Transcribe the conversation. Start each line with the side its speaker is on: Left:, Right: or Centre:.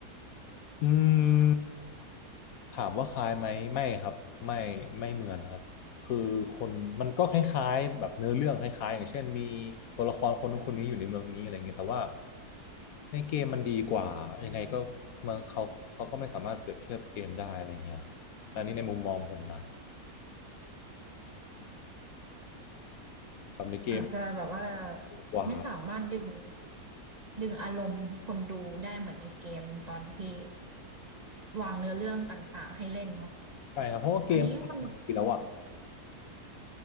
Left: อืมถามว่าคล้ายไหมไม่ครับไม่ไม่เหมือนนะครับคือคนมันก็คล้ายๆแบบเนื้อเรื่องคล้ายๆอย่างเช่นมีตัวละครคนนู้นคนนี้อยู่ในเมืองนี้อะไรเงี้ยแต่ว่าในเกมมันดีกว่ายังไงก็มันเขาเขาก็ไม่สามารถเปรียบเทียบเกมได้อะไรเงี้ยครับอันนี้ในมุมมองผมนะแบบในเกม
Right: อาจจะแบบว่า
Left: ดีกว่า
Right: ไม่สามารถดึงดึงอารมณ์คนดูได้เหมือนในเกมตอนที่วางเนื้อเรื่องต่างๆให้เล่นเนาะ
Left: ใช่ครับเพราะว่าเกม
Right: อันนี้มัน
Left: <laughs> เขาทำมาดีแล้วอะ